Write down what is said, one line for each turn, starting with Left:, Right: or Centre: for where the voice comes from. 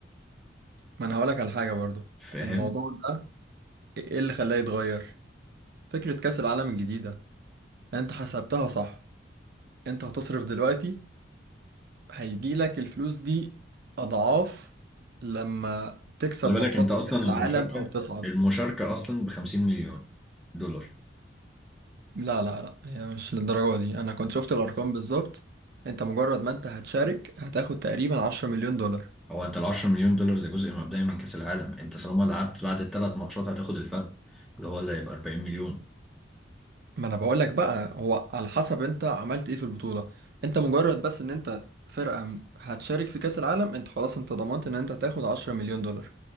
Right: ما انا هقولك على حاجة برضو
Centre: فاهم
Right: الموضوع ده ايه اللي خلاه يتغير فكرة كأس العالم الجديدة انت حسبتها صح انت هتصرف دلوقتي هيجيلك الفلوس دي أضعاف لما تكسب
Centre: خلي
Right: ماتشات
Centre: بالك انت اصلا
Right: في كأس
Centre: المشاركه
Right: العالم أو تصعد
Centre: المشاركه اصلا ب 50 مليون دولار
Right: لا لا لا هي مش للدرجة دي أنا كنت شفت الأرقام بالظبط انت مجرد ما انت هتشارك هتاخد تقريبا 10 مليون دولار
Centre: هو انت ال 10 مليون دولار ده جزء مبدئي من كاس العالم انت طالما لعبت بعد الثلاث ماتشات هتاخد الفرق اللي هو اللي هيبقى 40 مليون
Right: ما انا بقولك بقى هو على حسب انت عملت ايه في البطولة انت مجرد بس ان انت فرقة هتشارك في كأس العالم انت خلاص انت ضمنت ان انت هتاخد 10 مليون دولار